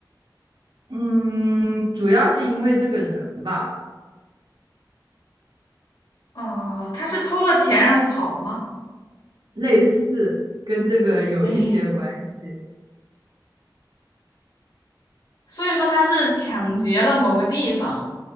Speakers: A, on the right (about 70°); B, on the left (about 60°).
A: 嗯，主要是因为这个人吧，
B: 哦、他是偷了钱然后跑了吗？
A: 类似跟这个有一些关系。
B: 诶，所以说他是抢劫了某个地方，